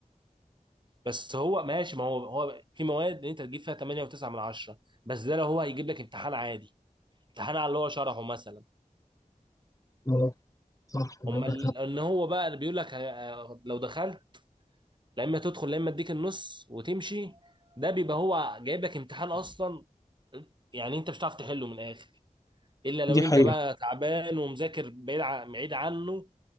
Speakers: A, on the right (about 35°); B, on the left (about 25°).
A: بس هو ماشي ما هو هو في مواد انت تجيب فيها 8 و9 من 10 بس ده لو هو هيجيب لك امتحان عادي امتحان على اللي هو شرحه مثلا
B: اه صح عندك
A: هم ال-
B: حق.
A: ان هو بقى اللي بيقول لك ه- لو دخلت لا اما تدخل لا اما اديك النص وتمشي ده بيبقى هو جايب لك امتحان اصلا يعني انت مش هتعرف تحله من الاخر الا لو
B: دي
A: انت
B: حقيقة
A: بقى تعبان ومذاكر بعيد ع- بعيد عنه